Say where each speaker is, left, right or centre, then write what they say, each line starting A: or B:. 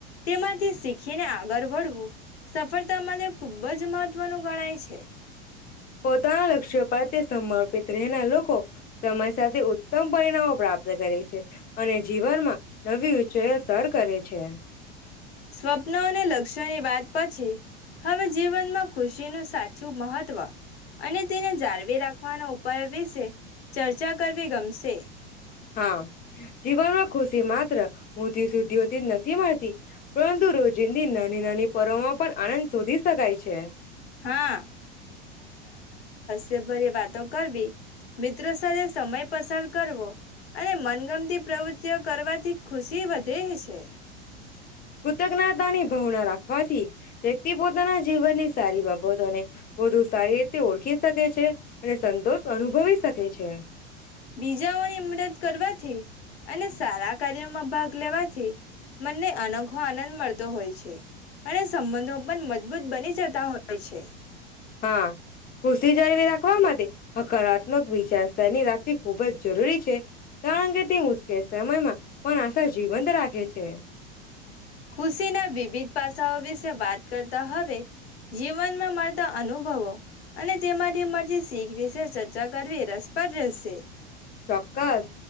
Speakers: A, on the left; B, on the left.
A: તેમાંથી શીખીને આગળ વળવું સફળતા માટે ખૂબ જ મહત્વનું ગણાય છે.
B: પોતાના લક્ષ્ય પર તે સમર્પિત રહેના લો કો, સમય સાથે ઉત્તમ પરિણામો પ્રાપ્ત કરે છે. અને જીવનમાં નવી ઉંચાઈ સર કરે છે.
A: સ્વપ્ન અને લક્ષ્યની વાત પછી, હવે જીવનમાં ખુશીનું સાચું મહત્વ અને તેને જાળવી રાખવાના ઉપાયો વિશે ચર્ચા કરવી ગમશે.
B: હા! જીવનમાં ખુશી માત્ર <inaudible> સુધી નથી મળતી પરંતુ રોજિંદી ન નાની પર્વમાં પણ આનંદ શોધી શકાય છે.
A: હા દિલભરી વાતો કરવી. મિત્રો સાથે સમય પસાર કરવો અને મનગમતી પ્રવૃતિઓ કરવાથી ખુશી વધે છે.
B: કૃતજ્ઞતાની <inaudible> પોણા રાખવાથી વ્યક્તિ પોતાના જીવનની સારી બાબતોને. વધુ સારી રીતે ઓળખી શકે છે અને સંતોષ અનુભવી શકે છે.
A: બીજાઓની મમદત કરવાથી. અને સારા કાર્યોમાં ભાગ લેવાથી મને અનોખો આનંદ મળતો હોય છે અને સંબંધો પણ મજબૂત બની જતા હોય છે.
B: હા ખુસી જળવી રાખવા માટે. હકારાત્મક વિચાર. ધની રાખવી ખૂબ જ જરૂરી છે. કારણ કે તે મુશ્કેલ સમયમાં પણ આશા જીવંત રાખે છે. છે <inaudible>
A: ખુશીના વિવિધ પાસાઓ વિશે વાત કરતા હવે જીવનમાં મળતા અનુભવો અને તેમાંથી મળતી શીખ વિશે ચર્ચા કરવી રસપદ રહેશે.
B: ચોક્કસ